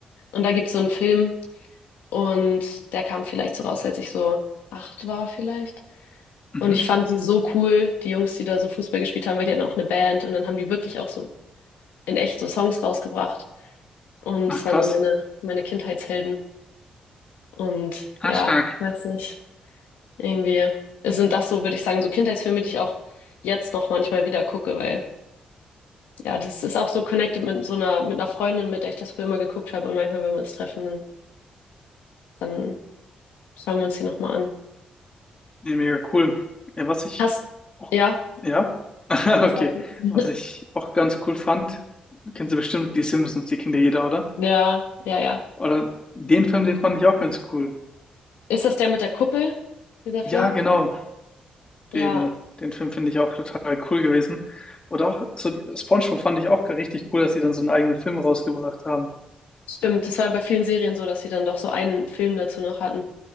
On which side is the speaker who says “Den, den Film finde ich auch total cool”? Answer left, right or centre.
Left